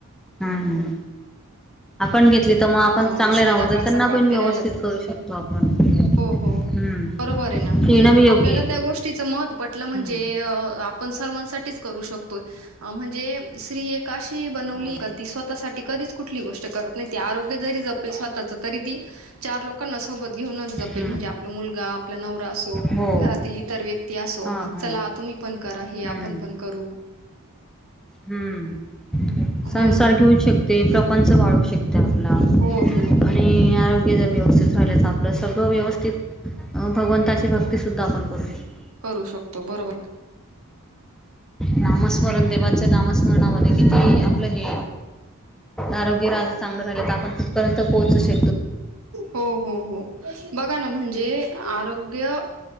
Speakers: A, in the centre; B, on the right.
A: हम्म. आपण घेतली तर मग आपण
B: अ
A: चांगले
B: संध्याकाळ
A: राहडतो त्यांना
B: सकाळ
A: पण
B: फिरायला
A: व्यवस्थित
B: जाणे
A: करू शकतो आपण
B: हो हो
A: हम्म
B: बरोबर आहे ना म्हणजे
A: घेणं बी योग्य
B: आपल्याला
A: आहे
B: त्या गोष्टीच महत्व पटलं म्हणजे
A: हम्म
B: आपण सर्वांसाठीच करू शकतो म्हणजे स्त्री एक अशी बनवली
A: हम्म
B: का ती स्व साठी कधीच कुठली गोष्ट करत नाही आरोग्य जरी जपेल स्वतःच तरी ती चार लोकांना सोबत घेऊनच जपेल
A: हम्म
B: म्हणजे आप मुलगा आपला नवरा असो
A: हो
B: घरातील इतर व्यक्ती असो
A: हा हा
B: चला तुम्ही पण करा
A: हम्म
B: हे आपण पण करू
A: हम्म संसार
B: हो ना बरोबर.
A: घेऊ शकते प्रपंच वाळू शक आप
B: हो हो
A: आणि आरोग्य
B: बरोबर
A: जर व्यवस्थित
B: आहे
A: राहिल तर आप आपलं सर्व व्यवस्थित भगवंताची भक्तीसुद्धा आपण करू शकतो.
B: करू शकतो बरोबर ना.
A: नामस्मरण देवाच्या नामस्मरणामध्ये किती आपलं हे आरोग्य राग चांगलं झालं तर आपण तिथपर्यंत पोहोचू श
B: हो हो हो बघा ना म्हणजे आरोग्य